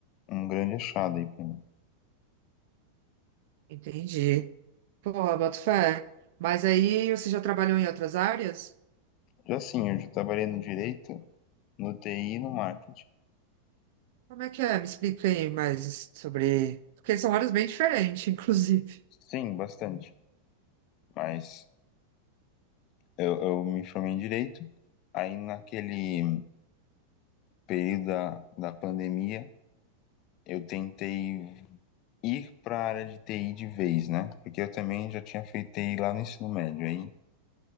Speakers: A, on the left; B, on the right.
A: um grande achado aí pra mim.
B: entendi. Pô, boto fé. Mas aí você já trabalhou em outras áreas?
A: Já sim, eu já trabalhei no direito, no TI e no marketing.
B: Como é que é? Me explica aí mais sobre. Porque são áreas bem diferentes, <laughs> inclusive.
A: Sim, bastante. mas eu, eu me formei em direito. Aí naquele período da, da pandemia, eu tentei ir para a área de TI de vez, né? Porque eu também já tinha feito TI lá no ensino médio. Aí